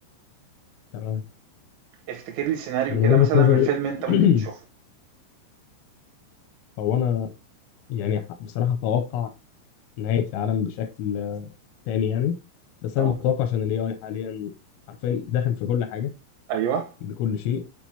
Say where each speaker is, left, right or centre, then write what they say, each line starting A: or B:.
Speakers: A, on the left; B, on the right.
A: تمام
B: افتكر لي سيناريو
A: من
B: كده
A: وجهة
B: مثلا
A: نظري
B: من فيلم انت
A: <clears throat>
B: ممكن تشوفه
A: هو انا يعني ح- بصراحة اتوقع نهاية العالم بشكل آه، تاني يعني بس انا
B: اه
A: متوقع عشان الاي اي حاليا حرفيا داخل في كل حاجة
B: ايوه
A: بكل شيء